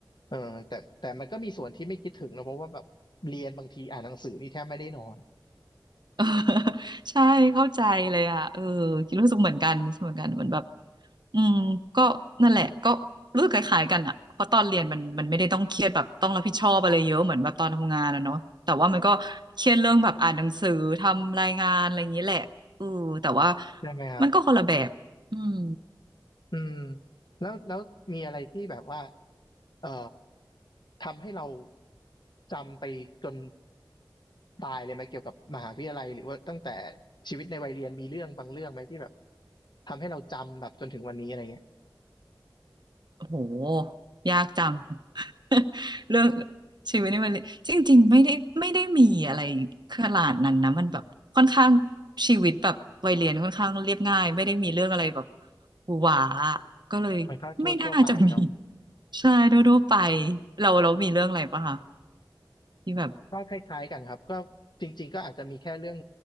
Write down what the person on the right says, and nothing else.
<laughs> เออใช่เข้าใจเลยอ่ะเออคิดรู้สึกเหมือนกันรู้สึกเหมือนกันเหมือนแบบอืมก็นั่นแหละก็รู้สึกคล้ายๆกันอ่ะเพราะตอนเรียนมันมันไม่ได้ต้องเครียดแบบต้องรับผิดชอบอะไรเยอะเหมือนแบบตอนทำงานอะเนาะแต่ว่ามันก็เครียดเรื่องแบบอ่านหนังสือทำรายงานอะไรอย่างนี้แหละเออแต่ว่า
มันก็คนละแบบอืม
โหยากจัง <laughs> เรื่องชีวิตนี่มันจริงๆไม่ได้ไม่ได้มีอะไรขนาดนั้นนะมันแบบค่อนข้างชีวิตแบบวัยเรียนค่อนข้างเรียบง่ายไม่ได้มีเรื่องอะไรแบบหวือหวาก็เลยไม่น่าจะมี
<laughs> ใช่ทั่วๆไปเราเรามีเรื่องอะไรปะคะที่แบบ